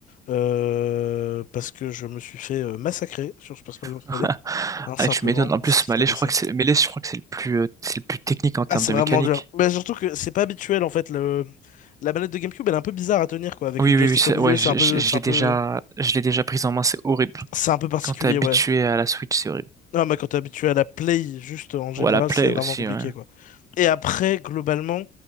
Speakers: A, on the left (about 50°); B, on the right (about 20°).
A: euh, parce que je me suis fait euh, massacrer sur Super Smash Bros.
B: <laughs>
A: Melee. Hein, simplement,
B: Ah, tu m'étonnes. En plus,
A: c'est ce qui
B: Melee,
A: s'est passé.
B: je crois que c'est Melee, je crois que c'est le plus, euh, c'est le plus technique en termes
A: Ah, c'est
B: de
A: vraiment
B: mécanique.
A: dur. Mais surtout que c'est pas habituel, en fait. Le... La manette de GameCube, elle est un peu bizarre à tenir, quoi. Avec
B: Oui,
A: le joystick
B: oui, oui, c'est-
A: au milieu,
B: ouais,
A: c'est
B: je,
A: un peu,
B: je- je
A: c'est
B: l'ai
A: un peu.
B: déjà, je l'ai déjà prise en main, c'est horrible.
A: C'est un peu particulier,
B: Quand t'es habitué
A: ouais.
B: à la Switch, c'est horrible.
A: Non, mais quand t'es habitué à la play, juste en général,
B: Ou à la Play
A: c'est vraiment
B: aussi,
A: compliqué,
B: ouais.
A: quoi. Et après, globalement,